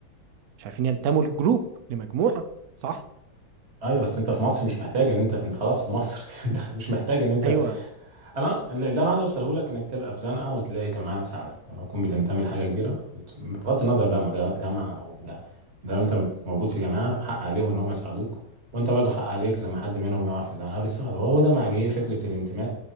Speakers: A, on the right; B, on the right.
A: مش عارفين ينتموا لجروب لمجموعة صح
B: ايوه بس انت في مصر مش محتاج ان انت انت خلاص في مصر <laughs> انت مش محتاج ان انت
A: ايوه
B: انا اللي انا عايز اوصله لك انك تبقى في زنقه وتلاقي جماعه تساعدك لما تكون بتنتمي لحاجه كبيره بت- بغض النظر بقى ما ده جامعه او بتاع ده انت موجود في جماعه حق عليهم ان هم يساعدوك وانت برضو حق عليك لما حد منهم يقع في زنقه بتساعده وهو ده معنى ايه فكره الانتماء